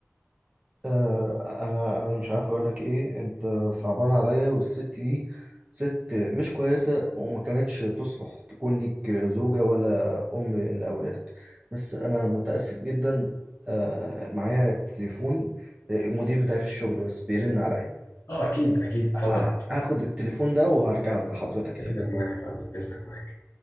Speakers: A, on the right; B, on the left.
A: آه انا انا مش عارف اقول لك ايه انت صعبان عليا والست دي ست مش كويسة وما كانتش تصلح تكون ليك زوجة ولا ام لاولادك بس انا متأسف جدا آه معايا تليفون آه، المدير بتاعي في الشغل بس بيرن عليا
B: أه أكيد أكيد اتفضل
A: ه-
B: اتفضل.
A: هاخد التليفون ده وهرجع لحضرتك تاني
B: إذنك معاك يا فندم إذنك معاك